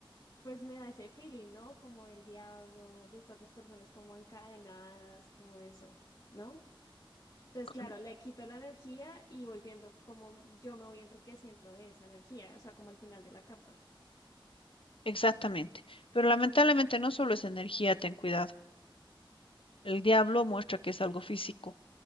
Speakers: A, on the left; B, on the left.
A: pues me da ese feeling, ¿no? Como el diablo, de estas dos personas como encadenadas, como eso, ¿no? Entonces,
B: Corre-
A: claro, le quito la energía y voy viendo cómo yo me voy enriqueciendo de esa energía, o sea, como al final de la carta.
B: Exactamente. Pero lamentablemente no solo es energía, ten cuidado. El diablo muestra que es algo físico.